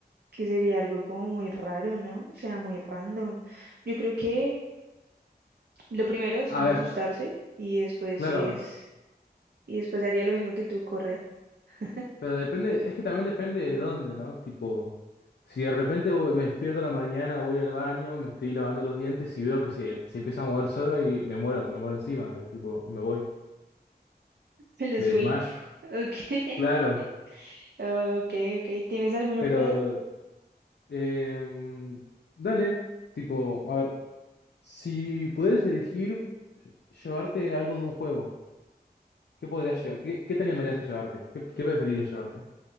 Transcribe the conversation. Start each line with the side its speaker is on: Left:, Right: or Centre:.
Right: que sería algo como muy raro, ¿no? O sea, muy random. Yo creo que lo primero es
Left: a
Right: como
Left: ver,
Right: asustarse y después
Left: claro,
Right: es... Y después haría lo mismo que tú, correr. <laughs>
Left: pero depende, es que también depende de dónde, ¿no? Tipo, si de repente voy- me despierto a la mañana, voy al baño, me estoy lavando los dientes y veo que se, se empieza a mover solo y me muero, me muero encima, eh, tipo, me voy.
Right: Me les
Left: Me
Right: fui.
Left: desmayo.
Right: Ok. <laughs>
Left: Claro,
Right: Ok, ok. ¿Tienes alguno
Left: pero...
Right: por ahí?
Left: em, dale, tipo, a ver, si pudieras elegir lle- llevarte algo de un juego, ¿qué podrías llevar? ¿Qué, qué te animarías a llevarte? ¿Qué, qué preferirías llevarte?